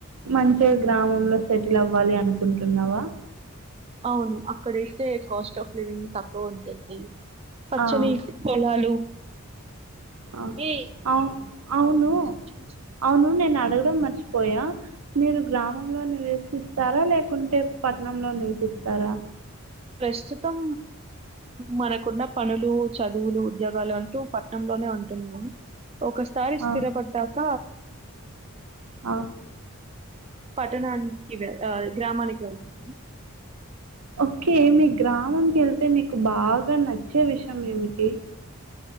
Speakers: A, on the right; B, on the right.
A: మంచిగా గ్రామంలో సెటిల్ అవ్వాలి అనుకుంటున్నావా
B: అవును అక్కడయితే కాస్ట్ ఆఫ్ లివింగ్ తక్కువ ఉంటుంది పచ్చని
A: ఆ!
B: పొలాలు
A: ఆ!
B: ఏ
A: అవు అవును
B: <unintelligible>
A: అవును నేను అడగడం మర్చిపోయా మీరు గ్రామంలో నివసిస్తారా లేకుంటే పట్టణంలో నివసిస్తారా
B: ప్రస్తుతం మనకున్న పనులు చదువులు ఉద్యోగాలు అంటూ పట్టణంలోనే ఉంటున్నా ఒకసారి
A: ఆ!
B: స్థిరపడ్డాక
A: ఆ
B: పట్టణానికి గ్రామానికి వెళ్తాము
A: ఓకే మీ గ్రామం కి వెళ్తే నీకు బాగా నచ్చే విషయం ఏమిటి